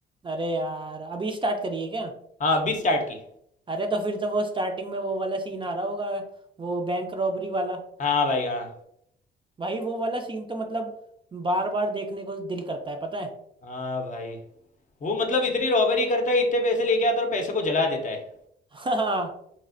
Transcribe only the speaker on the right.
अरे यार अभी स्टार्ट करी है क्या
अरे तो फिर तो वो स्टार्टिंग में वो वाला सीन आ रहा होगा वो बैंक रॉबरी वाला
भाई वो वाला सीन तो मतलब बार बार देखने को दिल करता है पता है
<laughs> हाँ